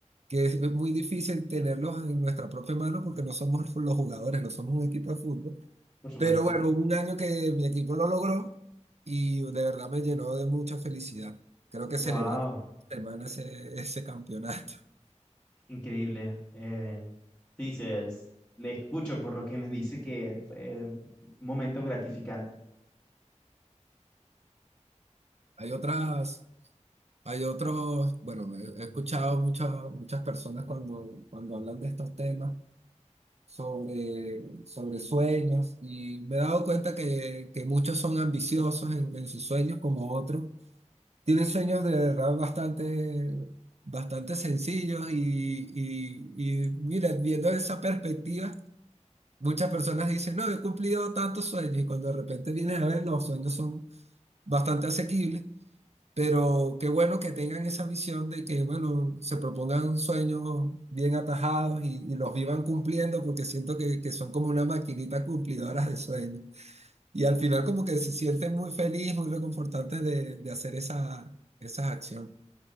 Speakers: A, on the right; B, on the left.
A: que es muy difícil tenerlos en nuestra propia mano porque no somos los jugadores, no somos un equipo de fútbol
B: Por supuesto.
A: pero bueno, hubo un año que mi equipo lo logró y de verdad me llenó de mucha felicidad. Creo que
B: Wow.
A: celebré con una semana ese, ese campeonato. <laughs>
B: Increíble. Eh, sí, se- es- le escucho por lo que me dice que fue un momento gratificante.
A: Hay otras, hay otros, bueno, he, he escuchado muchas, muchas personas cuando, cuando hablan de estos temas sobre, sobre sueños y me he dado cuenta que, que muchos son ambiciosos en, en sus sueños como otros Tienen sueños de verdad bastante, bastante sencillos y, y, y mira, viendo esa perspectiva, muchas personas dicen, no, he cumplido tantos sueños y cuando de repente vienes a ver, los sueños son bastante asequibles, pero qué bueno que tengan esa visión de que, bueno, se propongan sueños bien atajados y, y los vivan cumpliendo porque siento que, que son como una maquinita cumplidora de sueños y al final como que se sienten muy feliz, muy reconfortantes de, de hacer esa, esas acciones.